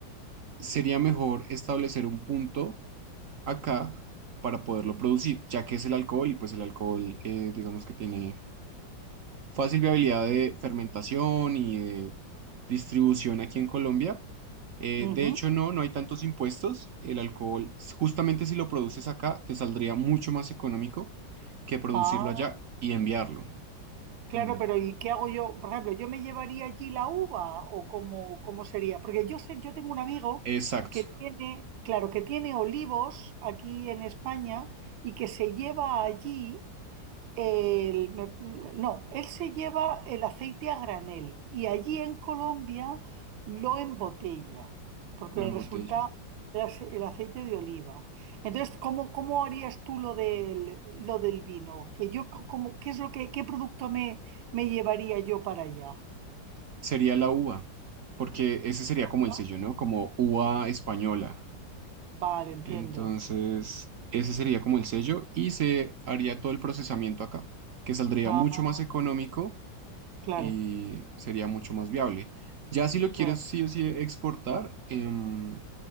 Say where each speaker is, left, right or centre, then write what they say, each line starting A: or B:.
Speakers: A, on the right; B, on the right.
A: sería mejor establecer un punto acá para poderlo producir, ya que es el alcohol y pues el alcohol eh, digamos que tiene fácil viabilidad de fermentación y de distribución aquí en Colombia. Eh,
B: ujú.
A: de hecho, no, no hay tantos impuestos. El alcohol, s- justamente si lo produces acá, te saldría mucho más económico que producirlo
B: Ah,
A: allá y enviarlo.
B: claro,
A: Mm,
B: pero ¿y qué hago yo? Por ejemplo, ¿yo me llevaría allí la uva o cómo, cómo sería? Porque yo sé, yo tengo un amigo
A: Exacto,
B: que tiene, claro, que tiene olivos aquí en España y que se lleva allí. El- me- no, él se lleva el aceite a granel y allí en Colombia lo embotella, porque
A: lo
B: le
A: embotella.
B: resulta el, ace- el aceite de oliva. Entonces, ¿cómo, cómo harías tú lo del, lo del vino? Que yo, co- como, ¿qué es lo que, qué producto me, me llevaría yo para allá?
A: Sería la uva, porque ese sería como
B: Ah,
A: el sello, ¿no? Como uva española.
B: Vale, entiendo.
A: Entonces, ese sería como el sello y se haría todo el procesamiento acá, que saldría
B: Ah,
A: mucho más económico
B: claro,
A: y sería mucho más viable. Ya si lo quieres
B: claro.
A: sí o sí exportar, em,